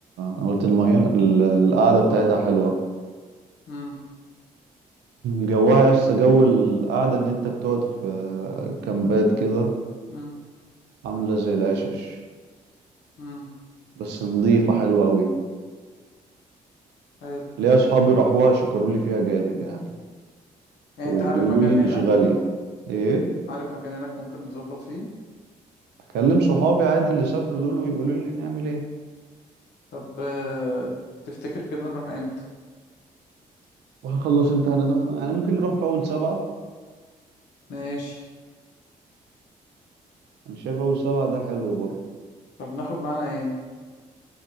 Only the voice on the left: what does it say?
مم.
مم.
مم.
حلو
يعني
أنت عارف مكان
هناك
عارف مكان هناك ممكن نظبط فيه
طب آه، تفتكر كده نروح إمتى
ماشي
طب ناخد معانا إيه